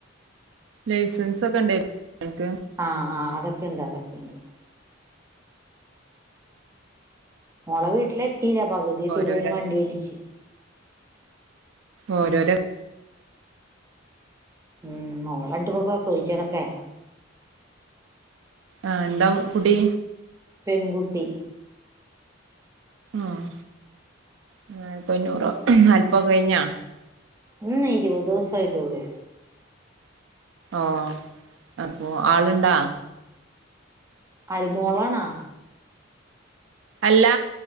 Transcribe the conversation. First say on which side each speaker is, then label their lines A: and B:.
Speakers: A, on the right; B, on the right.
A: ലൈസൻസ് ഒക്കെ ഉണ്ടായിരുന്നൊ ങ്ങക്ക്
B: ആഹ് ആഹ് അതൊക്കെ ഉണ്ട് അതൊക്കെ ഉണ്ട് മോളെ വീട്ടില് എത്തീല പകുതി എത്തിയപ്പോതിന്
A: ഓരോരോ
B: വണ്ടി ഇടിച്ച്
A: ഓരോരോ
B: ഉം മോളാണ്ട് പോ പ്രസോദിച്ചടക്കെ
A: ആഹ് എന്താ കുട്ടി
B: പെൺകുട്ടി
A: ആഹ് <unintelligible> നാല്പത്‌ കഴിഞ്ഞോ
B: ഇന്ന് ഇരുപത് ദിവസ ആയിട്ടള്ളൂ
A: ഓഹ് അപ്പോ ആളുണ്ടാ
B: ആര് മോളണാ
A: അല്ല